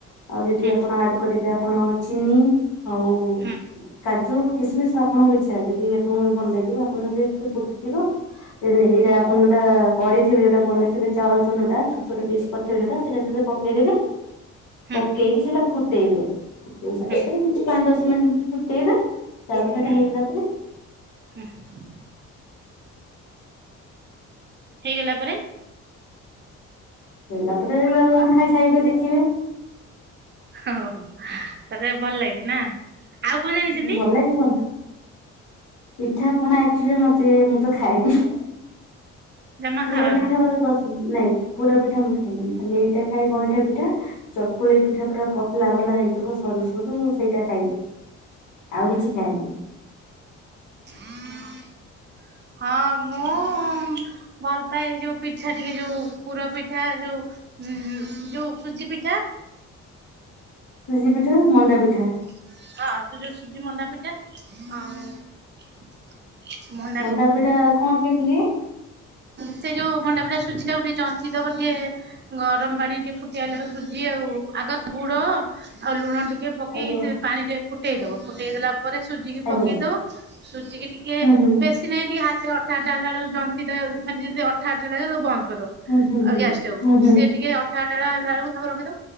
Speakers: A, on the left; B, on the right.
A: ଆଉ ଯଦି
B: ହୁଁ
A: ଆପଣ ଆଡ କରିବେ ଆପଣ ଚିନି ଆଉ
B: ହୁଁ
A: କା ଜୁ କିସମିସ ଆପଣ <unintelligible> ଯଦି ଆପଣଙ୍କୁ ଭଲ ଲାଗିବ ଆପଣ <unintelligible> ଫୁଟିଥିବ <unintelligible> ଏଇଟା
B: ହୁଁ।
A: ଆପଣ ଯୋଉଟା କରିଥିବେ ଯୋଉଟା ବନେଇଥିବେ ଚାଉଳ ଚୁନାଟା ଛୋଟ ଛୋଟ ପିସ୍ କରିଥିବେ ଯୋଉଟା ସେଟା <unintelligible> ପକେଇଦେବେ
B: ହୁଁ
A: ପକେଇକି ସେଟା ଫୁଟେଇବେ ଫୁଟେଇ ସାରିଲା
B: ହୁଁ
A: ପରେ କିଛି ପାଞ୍ଚ ଦଶ ମିନିଟ ଫୁଟେଇବେ ତାପରେ ହେଟା
B: ହୁଁ
A: ହେଇଗଲା ପରେ
B: ହୁଁ ହେଇଗଲା ପରେ
A: ହେଇଲା ପରେ <unintelligible> ଖାଇସାରିକି ଟିକେ ଦେଖିବେ।
B: ଓହୋ ହୋ ତାଲେ ଭଲ ଲାଗେ ନା। ଆଉ କଣ ଜାଣିଛନ୍ତି
A: ହଁ ଭଲ ଲାଗେ କଣ ପିଠା ପଣା ଆକଚୁଆଲି ମତେ ମୁଁ ତ ଖାଇନି
B: ଜମା
A: ପୁର
B: ଖାଅନି?
A: ପିଠା ମତେ ପସନ୍ଦ ନାଇଁ ପୁର ପିଠା ମୁଁ ଖାଇନି ଖାଲି ଏଇଟା ଖାଏ ଗଇଁଠା ପିଠା ଚକୁଳି ପିଠା ପୁରା ପତଲା ବଲା ହେଇଥିବ ସରୁ ସରୁ ସେଇଟା ଖାଇବି। ଆଉ କିଛି ଖାଇନି।
B: <inaudible> ହଁ ମୁଁ ଭଲ ପାଏ ଯୋଉ ପିଠା ଟିକେ ଯୋଉ ପୁର ପିଠା ଯୋଉ ହୁଁ ହୁଁ ଯୋଉ ସୁଜି ପିଠା
A: ସୁଜି ପିଠା, ମଣ୍ଡା ପିଠା
B: ହ ଆସୁ ଯୋ ସୁଜି ମଣ୍ଡାପିଠା ଆଉ ମ
A: ମଣ୍ଡା ପିଠା କଣ କେମତି କି
B: ସେ ଯୋଉ ମଣ୍ଡା ପିଡା ସୁଜି ଟା କୁ ଟିକେ ଜନ୍ତି ତବ ଟିକେ ଗରମ ପାଣି ଟିକେ ଫୁଟି ଆଇକବେଳକୁ ସୁଜି ଆଉ ଆଗ ଗୁଡ ଆଉ ଲୁଣ ଟିକେ ଟିକେ ପକେଇକି
A: ଆଜ୍ଞା
B: ତ୍ତି ପାଣିରେ ଫୁଟେଇଦବ ଫୁଟେଇ ଦେଲା ପରେ ସୁଜିିକି
A: ଆଜ୍ଞା
B: ପକେଇ ଦଉ ସୁଜିକି ଟିକେ
A: ହୁଁ ହୁଁ
B: ବେଶୀ ସେ ନାଇଁ ଟି ହାତ ଅଠ ଅଠା ଟା ହେଲା ବେଲକୁ ଜନ୍ତି ଦେବେ ଜାମିତି ମାନେ ଯେମି ଅଠ ଆଠ ତାକୁ ବନ୍ତ କଦବ
A: ହୁଁ ହୁଁ
B: ଆଉ ଗ୍ୟାସ୍ ଟାକୁ
A: ହୁଁ ହୁଁ
B: ସିଏ ଟିକେ ଅଠା ଅଠା ହେଲା ବେକୁ ତାକୁ ରଖିଦବ।